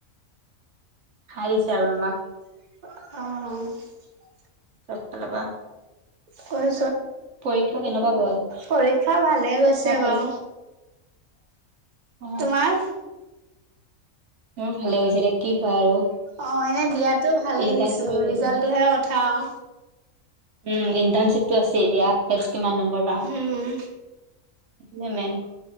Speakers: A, on the right (about 60°); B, on the right (about 35°).
A: খাই দিছে আৰু <unintelligible>
B: আহ।
A: চব ফালৰ পৰা।
B: হয়।
A: পৰীক্ষা কেনেকুৱা গ'ল।
B: পৰীক্ষা ভালে গৈছে
A: তোমাৰ পৰীক্ষা
B: বাঅ।
A: অ
B: তোমাৰ?
A: মোৰ ভালে গৈছে এতিয়া কি হয় আৰু।
B: অ, এনে দিয়াতো ভালে
A: ইণ্টাৰ্ণশ্বিপে
B: দিছো
A: কৰিব
B: ৰিজাল্টটোহে
A: ন
B: কথা অ।
A: উম, ইণ্টাৰ্ণশ্বিপটো আছে এতিয়া কিমান নম্বৰ পাম।
B: উম
A: এনেই।